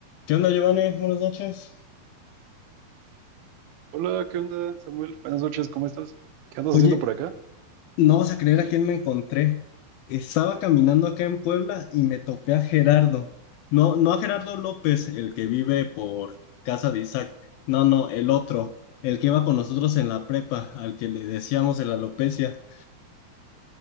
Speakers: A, on the left; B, on the right.
A: ¿Qué onda, Giovanni? Buenas noches.
B: Hola, ¿qué onda, Samuel? Buenas noches, ¿cómo estás? ¿Qué andas
A: Oye,
B: haciendo por acá?
A: no vas a creer a quién me encontré. Estaba caminando acá en Puebla y me topé a Gerardo. No, no a Gerardo López, el que vive por casa de Isaac. No, no, el otro, el que iba con nosotros en la prepa, al que le decíamos de la alopecia.